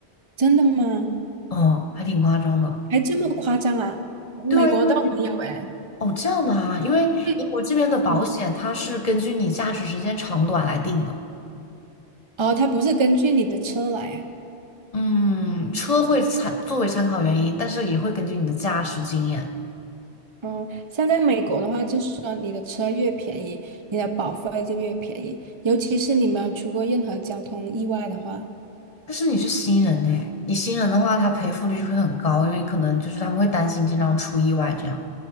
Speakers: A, on the right; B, on the left.
A: 真的吗？
B: 哦，还挺夸张的。
A: 还这么夸张啊？美国倒没有哎。
B: 对啊，因为哦，这样吗？因为英国这边的保险它是根据你驾驶时间长短来定的。
A: 嗯，嗯，哦，它不是根据你的车来啊。
B: 嗯，车会参作为参考原因，但是也会根据你的驾驶经验。
A: 嗯，像在美国的话，就是说你的车越便宜，你的保费就越便宜。尤其是你没有出过任何交通意外的话，
B: 但是你是新人呢，你新人的话，他赔付率就会很高，因为可能就是他们会担心经常出意外这样。